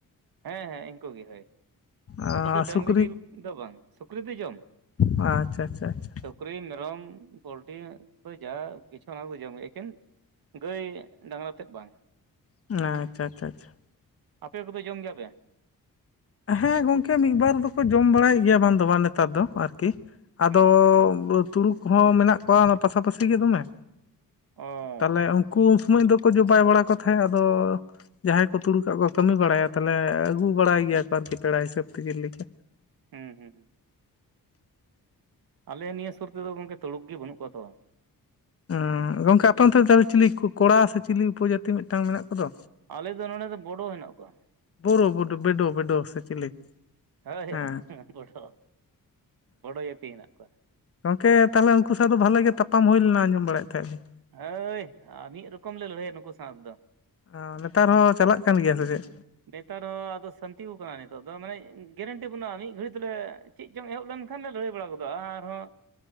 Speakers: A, on the right; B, on the left.
A: ᱦᱮ ᱦᱮ ᱤᱱᱠᱩ ᱜᱮ ᱦᱳᱭ
B: ᱟᱨ
A: ᱦᱚᱴᱮ ᱫᱚ ᱰᱟᱝᱨᱤ
B: ᱥᱩᱠᱨᱤ
A: ᱡᱤᱞ ᱫᱚ ᱵᱟᱝ ᱥᱩᱠᱨᱤ ᱫᱚ ᱡᱚᱢ
B: ᱟᱪᱪᱷᱟ ᱟᱪᱪᱷᱟ ᱟᱪᱪᱷᱟ
A: ᱥᱩᱠᱷᱨᱤ ᱢᱮᱨᱚᱢ ᱵᱚᱞᱴᱤ ᱫᱚ ᱡᱟ ᱵᱤᱪᱷᱟᱹᱣᱟ ᱚᱱᱟ ᱠᱚᱫᱚ ᱡᱚᱢ ᱦᱩᱭᱩᱜᱼᱟ ᱮᱠᱮᱱ ᱜᱟᱹᱭ ᱰᱟᱝᱜᱨᱟ ᱛᱮᱫ ᱵᱟᱝ
B: ᱟ ᱟᱪᱪᱷᱟ ᱟᱪᱪᱷᱟ ᱟᱪᱪᱷᱟ-
A: ᱟᱯᱮ ᱠᱚᱯᱮ ᱡᱚᱢ ᱜᱮᱭᱟ ᱯᱮ?
B: ᱦᱮᱸ ᱜᱚᱝᱠᱮ ᱢᱤᱫ ᱵᱟᱨ ᱫᱚᱠᱚ ᱡᱚᱢ ᱵᱟᱲᱟᱭᱮᱜ ᱜᱮᱭᱟ ᱵᱟᱝ ᱫᱚ ᱵᱟᱝ ᱱᱮᱛᱟᱨ ᱫᱚ ᱟᱨ ᱠᱤ ᱟᱫᱚ
A: ᱟᱪᱪᱷᱟ
B: ᱛᱩᱲᱩᱠ ᱠᱚᱦᱚᱸ ᱢᱮᱱᱟᱜ ᱠᱚᱣᱟ ᱚᱱᱟ ᱯᱟᱥᱟᱯᱟᱥᱤ ᱜᱮ ᱫᱚᱢᱮ
A: ᱚ
B: ᱛᱟᱦᱚᱞᱮ ᱩᱱᱠᱩ ᱩᱱ ᱥᱚᱢᱚᱭ ᱫᱚᱠᱚ ᱡᱚᱵᱟᱭ ᱵᱟᱲᱟ ᱠᱚ ᱛᱟᱦᱮᱸᱜ ᱟᱫᱚ ᱡᱟᱦᱟᱸᱭ ᱠᱚ ᱛᱩᱲᱩᱠᱟᱜ ᱠᱚ ᱠᱟᱹᱢᱤ ᱵᱟᱲᱟᱭᱟ ᱛᱟᱦᱚᱞᱮ ᱟᱹᱜᱩ ᱵᱟᱲᱟᱭ ᱜᱮᱭᱟ ᱠᱚ ᱟᱨᱠᱤ ᱯᱮᱲᱟ ᱦᱤᱥᱟᱹᱵᱽ ᱛᱮ ᱡᱮᱞ ᱞᱮᱠᱟ
A: ᱦᱩᱸ ᱦᱩᱸ ᱦᱩᱸ ᱟᱞᱮ ᱱᱤᱭᱟᱹ ᱥᱩᱨ ᱛᱮᱫᱚ ᱜᱚᱝᱠᱮ ᱛᱩᱲᱩᱠ ᱜᱮ ᱵᱟᱹᱱᱩᱜ ᱠᱚᱣᱟ ᱛᱚ
B: ᱩᱸ ᱜᱚᱝᱠᱮ ᱟᱯᱮ ᱚᱱᱛᱮ ᱛᱟᱦᱚᱞᱮ ᱪᱤᱞᱤ ᱠᱚᱲᱟ ᱥᱮ ᱪᱤᱞᱤ ᱩᱯᱚᱡᱟᱹᱛᱤ ᱢᱤᱫᱴᱟᱝ ᱢᱮᱱᱟᱜ ᱠᱚᱫᱚ?
A: ᱟᱞᱮ ᱫᱚ ᱱᱚᱰᱮ ᱫᱚ ᱵᱳᱰᱳ ᱦᱮᱱᱟᱜ ᱠᱚᱣᱟ
B: ᱵᱳᱨᱳ ᱵᱳᱰ ᱵᱮᱰᱳ ᱵᱮᱰᱳ ᱥᱮ ᱪᱤᱞᱤ?
A: ᱦᱳᱭ
B: ᱦᱮᱸ
A: ᱦᱳᱭ ᱵᱚᱰᱚ ᱵᱳᱰᱳ ᱡᱟᱹᱛᱤ ᱦᱮᱱᱟᱜ ᱠᱚᱣᱟ
B: ᱜᱚᱢᱠᱮ ᱛᱟᱦᱚᱞᱮ ᱩᱱᱠᱩ ᱥᱟᱶ ᱫᱚ ᱵᱷᱟᱞᱮ ᱜᱮ ᱛᱟᱯᱟᱢ ᱦᱩᱭ ᱞᱮᱱᱟ ᱟᱡᱚᱢ ᱵᱟᱲᱟᱭᱮᱫ ᱛᱟᱦᱮᱫ ᱞᱤᱧ
A: ᱦᱟᱹᱭ ᱢᱤᱫ ᱨᱚᱠᱚᱢ ᱞᱮ ᱞᱟᱹᱲᱦᱟᱹᱭ ᱭᱟ ᱱᱩᱠᱩ ᱥᱟᱶ ᱛᱮᱫᱚ
B: ᱦᱚᱸ ᱱᱮᱛᱟᱨ ᱦᱚ ᱪᱟᱞᱟᱜ ᱠᱟᱱ ᱜᱮᱭᱟ ᱥᱮ ᱪᱮᱫ?
A: ᱱᱮᱛᱟᱨ ᱦᱚᱸ ᱟᱫᱚ ᱥᱟᱱᱛᱤ ᱣᱟᱠᱟᱱᱟ ᱱᱤᱛᱚᱜ ᱫᱚ ᱢᱟᱱᱮ ᱜᱮᱨᱮᱱᱴᱤ ᱵᱟᱹᱱᱩᱜᱼᱟ ᱢᱤᱫ ᱜᱷᱟᱹᱲᱤ ᱛᱮᱞᱮ ᱪᱮᱫ ᱪᱚᱝ ᱮᱦᱚᱵ ᱞᱮᱱᱠᱷᱟᱱ ᱞᱮ ᱞᱟᱹᱭ ᱵᱟᱲᱟ ᱜᱚᱫᱟ ᱟᱨᱦᱚᱸ